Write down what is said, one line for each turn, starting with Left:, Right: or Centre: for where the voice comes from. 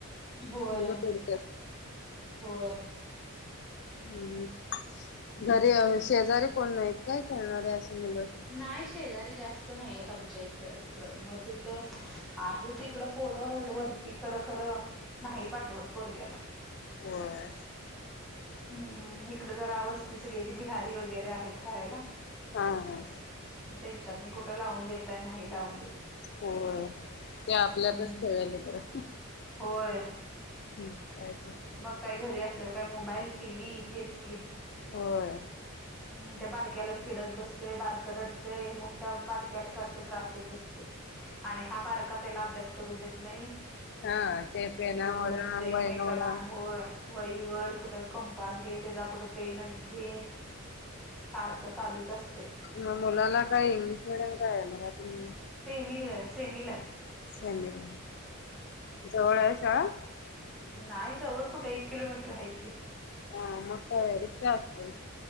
Centre: होय
Left: मुलं पिडत्यात
Centre: होय
Left: हम्म
Centre: हम्म
Left: घरी शेजारे कोण नाहीत काय खेळणारे असे मुलं
Centre: नाही शेजारी जास्त नाहीेत आमच्या इथं इकडं मग तिथं आहे त इिकडं पोर वरती खडं खरं नाही पाठवत पोरग्याला
Left: होय
Centre: हम्म इकडं जरावस् त सगळी त बिहारी वगैरे आहेत राहायला
Left: हा ह
Centre: त्यांच्यात मी कुठं लावून देतय नाही लावून देत
Left: हो ते आपल्यातच
Centre: हम्म
Left: ठेवाले बं
Centre: होय
Left: ठीक आहेय
Centre: मग काही घरी असल्यावर काय मोबाईल टी व्ही हेच कीम
Left: होय.
Centre: हम्म त्या बारक्यालाच स्पीडत बसतोय बारकं रडतंय मोठ्या बारक्याला सारखं त्रास देत बसतोय आणि हा बारका त्याला अभ्यास करू देत नाही
Left: हा ते पेनावडा
Centre: दोघांचे एकमेकाला
Left: वयनावडा
Centre: होय वई व कुठं कंपास घे त्याचा कुठं पेनच घे सारखं चालूच असते
Left: ना मुलाला काय इंग्लिश मिीडियम काय आहे मराठीय
Centre: सेमीला सेमीिलाय
Left: म जवळ आहे चळ
Centre: नाही जवळ कुठे एक किलोमीटर आहे की
Left: हा मठ रिक्षा असते